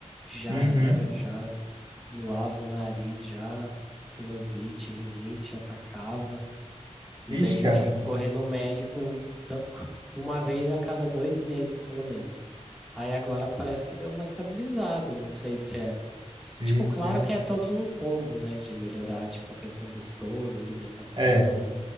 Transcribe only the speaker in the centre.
já
era, já zoava o nariz, já sinusite, rinite atacava, e
daí já
tinha que correr no médico pe- uma vez a cada dois meses, pelo menos. Aí agora parece que deu uma estabilizada, não sei se é.
Tipo, claro
que é todo um combo, né, de melhorar, tipo, a questão do sono, alimentação,